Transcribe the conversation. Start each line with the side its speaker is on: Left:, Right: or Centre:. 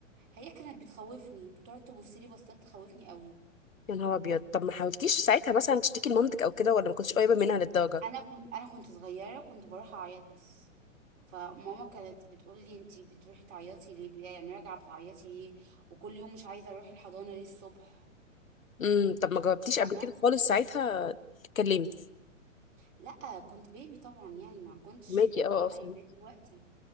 Right: هي كانت بتخوفني بتقعد تبص لي بصات تخوفني قوي
Left: يا نهار ابيض طب ما حاولتيش ساعتها مثلا تشتكي لمامتك او كده ولا ما كنتش قريبة منها للدرجة
Right: انا كنت انا كنت صغيره كنت بروح اعيط بس فماما كانت بتقول لي انتي بتروحي تعيطي ليه بي- يعني راجعه بتعيطي ليه وكل يوم مش عايزه اروح الحضانه ليه الصبح
Left: امم طب ما جاوبتيش
Right: فاهمه
Left: قبل كده خالص ساعتها تتكلمي
Right: لا كنت بيبي طبعا يعني ما كنتش
Left: فهماكي اه
Right: واعيه
Left: اه فهمت
Right: زي دلوقتي